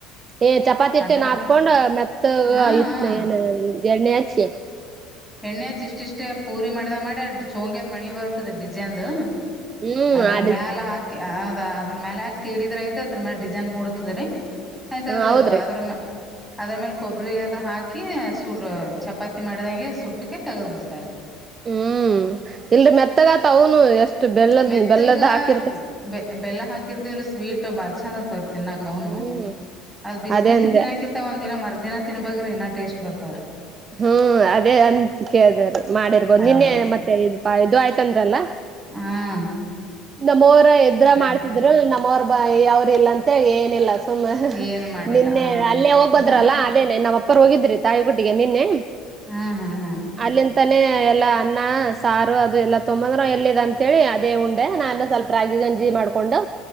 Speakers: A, on the right; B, in the centre.
A: ಏ ಚಪಾತಿಟ್ಟೆನ್
B: ಅದ
A: ಹಾತ್ಕೊಂಡ್ ಮತ್..
B: ಹಾ
A: ಇ
B: ಹಾ
A: ಏನ ಎರನ ಹೆ.
B: ಎಣ್ಣೆಚ್ಚ ಇಷ್ಟ ಇಷ್ಟ ಪೂರಿ ಮಾಡ್ದ ಮಾಡ ಚಂಗ್ಯದ್ ಮಣಿ ಬರ್ತದ ಡಿಜನ್ದು
A: ಹ್ಮ್
B: ಅದ್ರ
A: ಆ
B: ಮ್ಯಾಲ ಹಾಕಿ ಅದ್ರ ಮೇಲೆ ಯಾಕ ತಿಡಿದ್ರ ಆಯತ ಅದ್ರ ಮೇಲೆ ಡಿಸೈನ್ ಮೂಡತಿದ್ರಿ ಆಯ್ತ
A: ಹ್ಮ್
B: ಅದ
A: ಹೌದ್ರಿ.
B: ಅದ್ರ ಮ್ಯಾಲೆ ಅದ್ರ ಮೇಲ್ ಕೊಬ್ಬರಿ ಅದ ಹಾಕಿ ಸೂ ಚಪಾತಿ ಮಾಡ್ದಂಗೆ.. ಸಟ್ಟಕ ತೆಗೆದು ಕೊಡ್ತಾರೆ.
A: ಹ್ಮ್ ಇಲ್ರಿ ಮೆತ್ತಗಾತ ಅವನು ಎಷ್ಟು. ಬೆಲ್ಲದ
B: ಮೆತ್ತಗ
A: ಬೆಲ್ಲದ ಹಾಕಿರ್ತ
B: ಬೆ ಬೆಲ್ಲ ಹಾಕಿರ್ತಿಲ್ಲ ಸ್ವೀಟ್ ಬರ್ ಚಂದ ತೋರ್.. ತಿನ್ನಾಕ್ ಅವನು
A: ಹ್ಮ್
B: ಅದ ಬಿಸಿ
A: ಅದೇ
B: ಬಿಸಿ
A: ಅಂದೆ
B: ತಿನ್ನಾಕಿತ್ತ ಒಂದ ದಿನ ಮರ್.. ಅದಿನ ತಿನ್ಬಬೇಕ್ರಏ ಟೇಸ್ಟ್ ಬರ್ತಾರರಿ..
A: ಹಾ. ಹ್ಮ ಅದೇ ಅಂತ ಕೇಳ್ದ ಮಾಡಿರ್ಬೋದು ನಿನ್ನೆ
B: ಹೌದು
A: ಮತ್ತೆ ಇ ಇದು ಆಯ್ತಂದ್ರಲ್ಲ..
B: ಹ್ಮ
A: ನಮ್ಮವರ ಎದ್ರ ಮಾಡ್ತಿದ್ರು
B: ಬಿಟ್ಟಿ
A: ನಮ್ಮವ್ರ ಬ ಯಾವ್ರ ಇಲ್ಲಂತ ಏನಿಲ್ಲ.. ಹಮ್ಮ
B: ಏನು ಮಾಡಿಲ್ಲ
A: ನಿನ್ನೆ
B: ಹ
A: ಅಲ್ಲೇ ಹೋಗ್ದ್ರಲ್ಲ ಅದೇನೆ ನಾವ್ ಅಪ್ಪರ್ ಹೋಗಿದ್ರಿ ತಾಯಿಗುಟ್ಟಿಗೆ ನಿನ್ನೆ..
B: ಹಾ ಹಾ ಹಾ
A: ಅಲ್ಲಿಂತಾನೇ ಎಲ್ಲ ಅನ್ನ.. ಸಾರು ಅದು ಎಲ್ಲಾ ತೊಂಬಂದ್ರ ಎಲ್ಲಿದೆ ಅಂತೇಳಿ ಅದೇ ಉಂಡೆ ನಾನ ಸ್ವಲ್ಪ ರಾಗಿ ಗಂಜಿ ಮಾಡ್ಕೊಂಡು..